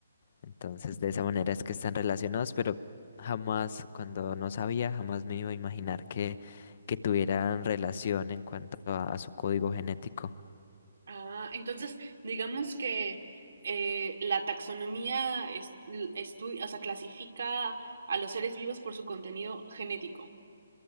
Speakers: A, on the left; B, on the right.
A: Entonces, de esa manera es que están relacionados, pero jamás, cuando no sabía, jamás me iba a imaginar que, que tuvieran relación en cuanto a, a su código genético.
B: ah, entonces, digamos que eh, la taxonomía es- l- estu- o sea, clasifica a los seres vivos por su contenido genético.